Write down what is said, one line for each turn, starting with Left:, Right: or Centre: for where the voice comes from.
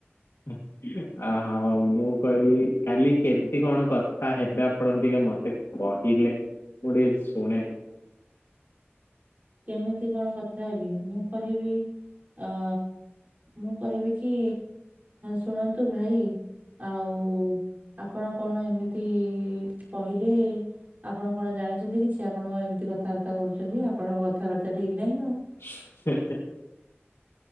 Left: ହଁ। ଆ ହଉ ମୁଁ କହିବି କାଲି କେମିତି କଣ କଥା ହେବେ ଆପଣ ଟିକେ ମତେ କହିଲେ ମୁଁ ଟିକେ ଶୁଣେ।
Right: କେମିତି କଣ କଥା ହେବି? ମୁଁ କହିବି ଅ ମୁଁ କହିବି କି ଶୁଣନ୍ତୁ ଭାଇ। ଆଉ ଆପଣ କଣ ଏମିତି କହିଲେ ଆପଣ କଣ ଜାଣିଛନ୍ତି କିଛି? ଆପଣଙ୍କ କଣ ଏମିତି କଥାବାର୍ତ୍ତା କରୁଛନ୍ତି? ଆପଣଙ୍କ କଥାବାର୍ତ୍ତା ଠିକ ନାହିଁନ।
Left: ହେ, ହେ।